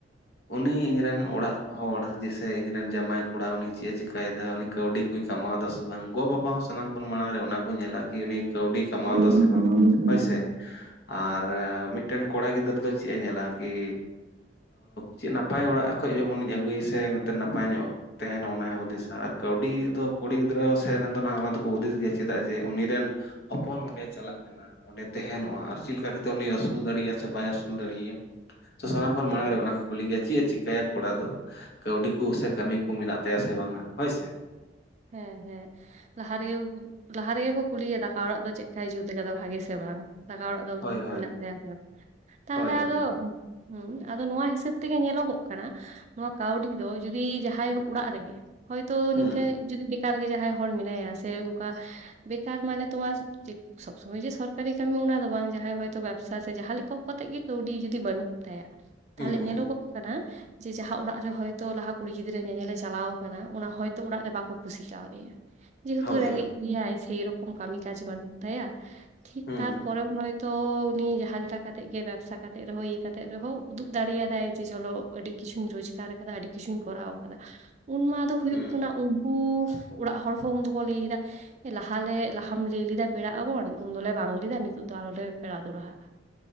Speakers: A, on the left; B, on the right.
A: ᱩᱱᱤ ᱤᱧ ᱨᱮᱱ ᱚᱲᱟᱜ ᱦᱚᱲ ᱡᱮᱭᱮᱥᱮ ᱤᱧ ᱨᱮᱱ ᱡᱟᱢᱟᱭ ᱠᱚᱲᱟ ᱩᱱᱤ ᱪᱮᱫ ᱮ ᱪᱮᱤᱠᱟᱭᱮᱫᱟ ᱩᱱᱤ ᱠᱟᱹᱣᱰᱤ ᱠᱚᱭ ᱠᱟᱢᱟᱣ ᱮᱫᱟ ᱥᱮ ᱵᱟᱝ ᱜᱚ ᱵᱟᱵᱟ ᱦᱚᱸ ᱥᱟᱱᱟᱢ ᱠᱷᱚᱱ ᱢᱟᱲᱟᱝ ᱨᱮ ᱚᱱᱟ ᱠᱚ ᱧᱮᱞᱟ ᱠᱤ ᱩᱱᱤ ᱠᱟᱹᱣᱰᱤ ᱠᱟᱢᱟᱣ
B: ᱥ
A: ᱮᱫᱟ ᱥᱮ ᱵᱟᱝ
B: ᱠᱚᱢᱟᱱ ᱵᱟᱝ
A: ᱦᱳᱭ ᱟᱨ ᱢᱤᱫᱴᱮᱱ ᱠᱚᱲᱟ ᱜᱤᱫᱽᱨᱟᱹᱨᱟᱹ ᱫᱚ ᱪᱮᱫ ᱮ ᱧᱮᱞᱟ ᱠᱤ ᱪᱮᱫ ᱱᱟᱯᱟᱭ ᱚᱲᱟᱜ ᱠᱷᱚᱱ ᱡᱮᱢᱚᱱᱤᱧ ᱟᱹᱜᱩᱭᱭᱟᱥᱮᱛᱮ ᱱᱟᱯᱟᱭ ᱧᱚᱜ ᱛᱟᱦᱮᱱ ᱚᱱᱟᱭ ᱦᱩᱫᱤᱥᱟ ᱟᱨ ᱠᱟᱹᱣᱰᱤ ᱫᱚ ᱠᱩᱲᱤ ᱜᱤᱫᱽᱨᱟᱹ ᱥᱮᱫ ᱨᱮᱱ ᱫᱚ ᱦᱜ ᱚᱱᱟ ᱫᱚᱠᱚ ᱦᱩᱫᱤᱥ ᱜᱮᱭᱟ ᱪᱮᱫᱟᱜ ᱡᱮ ᱩᱱ ᱨᱮᱱ ᱦᱚᱯᱚᱱ ᱚᱸᱰᱮ ᱪᱟᱞᱟᱜ ᱠᱟᱱᱟ ᱚᱸᱰᱮ ᱛᱟᱦᱮᱱᱚᱜᱼᱟ ᱟᱨ ᱪᱮᱫ ᱞᱮᱠᱟ ᱠᱟᱛᱮᱫ ᱩᱱᱤ ᱟᱹᱥᱩᱞ ᱫᱟᱲᱮᱟᱭ ᱥᱮ ᱵᱟᱭ ᱟᱹᱥᱩᱞ ᱫᱟᱲᱮᱣᱟᱭ ᱛᱚ ᱥᱟᱱᱟᱢ ᱠᱷᱚᱱ ᱢᱟᱲᱟᱝ
B: ᱦᱮᱸ
A: ᱨᱮ ᱚᱱᱟ ᱠᱚ ᱠᱩᱞᱤ ᱜᱮᱭᱟ ᱪᱮᱫ ᱮ ᱪᱤᱠᱟᱹ ᱪᱤᱠᱟᱭᱟ ᱠᱚᱲᱟ ᱫᱚ ᱠᱟᱹᱣᱰᱤ ᱠᱚ ᱥᱮ ᱠᱟᱹᱢᱤ ᱠᱚ ᱢᱮᱱᱟᱜ ᱛᱟᱭᱟ ᱥᱮ ᱵᱟᱝᱟ ᱦᱳᱭ ᱥᱮ
B: ᱦᱮᱸ ᱦᱮᱸ ᱞᱟᱦᱟ ᱨᱮᱜᱮ ᱞᱟᱦᱟ ᱨᱮᱜᱮ ᱠᱚ ᱠᱩᱞᱤᱭᱟ ᱫᱟᱠᱟ ᱚᱲᱟᱜ ᱫᱚ ᱪᱮᱫᱠᱟᱭ ᱡᱩᱛ ᱠᱟᱫᱟ ᱵᱷᱟᱜᱮ ᱥᱮ ᱵᱟᱝ ᱫᱟᱠᱟ ᱚᱲᱟᱜ ᱫᱚ
A: ᱦᱳᱭ ᱦᱳᱭ
B: ᱢᱮᱱᱟᱜ ᱛᱟᱭᱟ ᱥᱮ ᱛᱟᱦᱚᱞᱮ
A: ᱦᱳᱭ ᱦᱳᱭ
B: ᱟᱫᱚ
A: ᱦᱳᱭ
B: ᱦᱩᱸ ᱟᱫᱚ ᱱᱚᱣᱟ ᱦᱤᱥᱟᱹᱵ ᱛᱮᱜᱮ ᱧᱮᱞᱚᱜᱚᱜ ᱠᱟᱱᱟ ᱱᱚᱣᱟ ᱠᱟᱹᱣᱰᱤ ᱡᱩᱫᱤ ᱡᱟᱦᱟᱸᱭ ᱚᱲᱟᱜ ᱨᱮᱜᱮ ᱦᱚᱭᱛᱚ
A: ᱦᱩᱸ
B: ᱱᱤᱝᱠᱟᱹ ᱡᱩᱫᱤ ᱵᱮᱠᱟᱨ ᱜᱮ ᱡᱟᱦᱟᱸᱭ ᱦᱚᱲ ᱢᱮᱱᱟᱭᱟ ᱥᱮ ᱚᱱᱠᱟ ᱵᱮᱠᱟᱨ ᱢᱟᱱᱮ ᱛᱳᱢᱟᱨ ᱥᱚᱵᱽ ᱥᱚᱢᱚᱭ ᱡᱮ ᱥᱚᱨᱠᱟᱨᱤ ᱠᱟᱹᱢᱤ ᱚᱱᱟ ᱫᱚ ᱵᱟᱝ ᱡᱟᱸᱦᱟᱭ ᱦᱚᱭᱛᱳ ᱵᱮᱵᱽᱥᱟ ᱥᱮ ᱡᱟᱦᱟᱸ ᱞᱮᱠᱟ ᱠᱟᱛᱮᱜ ᱜᱮ ᱠᱟᱹᱣᱰᱤ ᱡᱩᱫᱤ ᱵᱟᱹᱱᱩᱜ ᱛᱟᱭᱟ
A: ᱦᱩᱸ
B: ᱛᱟᱦᱚᱞᱮ
A: ᱦᱩᱸ
B: ᱧᱮᱞᱚᱜᱚᱜ ᱠᱟᱱᱟ ᱡᱮ ᱡᱟᱦᱟᱸ ᱚᱲᱟᱜ ᱨᱮ ᱦᱚᱭᱛᱚ ᱞᱟᱦᱟ ᱠᱩᱲᱤ ᱜᱤᱫᱽᱨᱟᱹ ᱧᱮᱧᱮᱞᱮ ᱪᱟᱞᱟᱣ ᱠᱟᱱᱟ ᱚᱱᱟ ᱦᱚᱭᱛᱳ ᱚᱲᱟᱜ ᱨᱮ ᱵᱟᱠᱚ ᱠᱩᱥᱤ ᱠᱟᱣᱫᱮᱭᱟ ᱡᱮᱦᱮᱛᱩ
A: ᱦᱳᱭ
B: ᱨᱮᱸᱜᱮᱡ
A: ᱦᱳᱭ
B: ᱜᱮᱭᱟᱭ ᱥᱮᱭᱨᱚᱠᱚᱢ ᱠᱟᱹᱢᱤ ᱠᱟᱡᱽ ᱵᱟᱹᱱᱩᱜ ᱛᱟᱭᱟ ᱴᱷᱤᱠ
A: ᱦᱩᱸ
B: ᱛᱟᱨᱯᱚᱨᱮ ᱦᱚ ᱛᱚ ᱩᱱᱤ ᱡᱟᱦᱟᱸ ᱞᱮᱠᱟ ᱠᱟᱛᱮᱜ ᱜᱮ ᱵᱮᱵᱥᱟ ᱠᱟᱛᱮ ᱨᱮᱦᱚᱸ ᱤᱭᱟᱹ ᱠᱟᱛᱮ ᱨᱮᱦᱚᱸ ᱩᱫᱩᱜ ᱫᱟᱲᱮᱭᱟᱫᱟᱭ ᱡᱮ ᱡᱚᱞᱚ ᱟᱹᱰᱤ ᱠᱤᱪᱷᱩᱧ ᱨᱚᱡᱽᱜᱟᱨ ᱠᱟᱫᱟ ᱟᱹᱰᱤ ᱠᱤᱪᱷᱩᱧ ᱠᱚᱨᱟᱣ ᱠᱟᱫᱟ ᱩᱱᱢᱟ ᱫᱚ ᱦᱩᱭᱩᱜ
A: ᱦᱩᱸ
B: ᱠᱟᱱᱟ ᱠᱩ ᱚᱲᱟᱜ ᱦᱚᱲ ᱦᱚᱸ ᱩᱱ ᱫᱚᱠᱚ ᱞᱟᱹᱭ ᱮᱫᱟ ᱞᱟᱦᱟᱞᱮ ᱞᱟᱦᱟᱢ ᱞᱟᱹᱭ ᱞᱮᱫᱟ ᱯᱮᱲᱟᱜ ᱟᱵᱚᱱ ᱩᱱ ᱫᱚᱞᱮ ᱵᱟᱝ ᱞᱮᱫᱟ ᱱᱤᱛᱚᱜ ᱫᱚ ᱟᱞᱮ ᱞᱮ ᱯᱮᱲᱟ ᱫᱚᱲᱦᱟᱜᱼᱟ